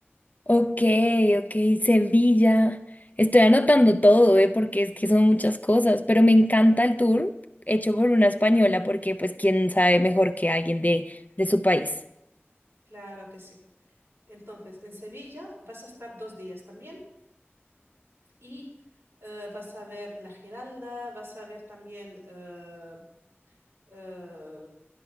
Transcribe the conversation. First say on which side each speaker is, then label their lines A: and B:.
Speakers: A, on the left; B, on the right.
A: Ok, ok, Sevilla. Estoy anotando todo, ¿eh? Porque es que son muchas cosas, pero me encanta el tour hecho por una española porque pues quién sabe mejor que alguien de, de su país.
B: Claro que sí. Entonces, en Sevilla vas a estar dos días también y eh, vas a ver la Giralda, vas a ver también eh, eh,